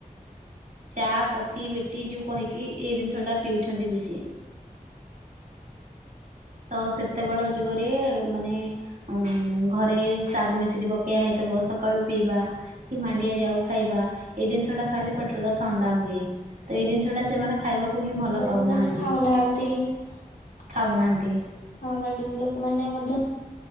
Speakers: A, on the right; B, on the left.
A: ଚା କଫି ବେଟି ଯୋଉ କହିକି ଏଇ ଜିନିଷ ଟା ପିଉଛନ୍ତି ବେଶି <inaudible> ତ ସେତେବେଳ ଯୁଗରେ ମାନେ ଉଁ ଘରେ ଶାଗୁ ମିଶ୍ରୀ ପକେୟା ହେଇଥ ବ ସକାଳୁ ପିଇବା କି ମାଣ୍ଡିଆ ଯାଉ ଖାଇବା ଏଇ ଦିନସ ଟା ଖାଇଲେ ପେଟ ଥଣ୍ଡା ହୁଏ ତ ଏଇ ଜିନିଷ ଟା ସେମାନେ ଖାଇବାକୁ ହିଁ ଭଲ
B: ଲୋକମାନେ
A: ପାଉନାହାନ୍ତି
B: ଖାଉନାହାନ୍ତି ହଁ
A: ଖାଉନାହାନ୍ତି
B: ମ୍ୟାଡାମ ଲୋକମାନେ ମଧ୍ୟ